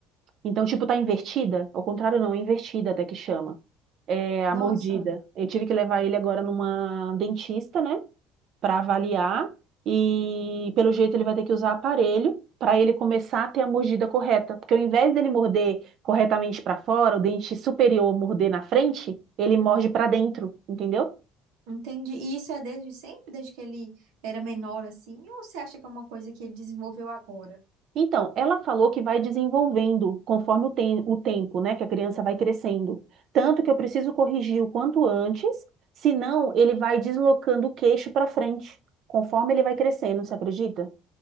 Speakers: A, on the right; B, on the right.
A: Então, tipo, tá invertida? Ao contrário, não, é invertida até que chama. É a
B: Nossa,
A: mordida. Eu tive que levar ele agora numa dentista, né? para avaliar e pelo jeito ele vai ter que usar aparelho para ele começar a ter a mordida correta, porque ao invés dele morder corretamente para fora, o dente superior morder na frente, ele morde para dentro, entendeu?
B: Entendi. E isso é desde sempre, desde que ele era menor assim, ou você acha que é uma coisa que ele desenvolveu agora?
A: Então, ela falou que vai desenvolvendo conforme o, tem- o tempo, né, que a criança vai crescendo. Tanto que eu preciso corrigir o quanto antes, senão ele vai deslocando o queixo para frente, conforme ele vai crescendo, você acredita?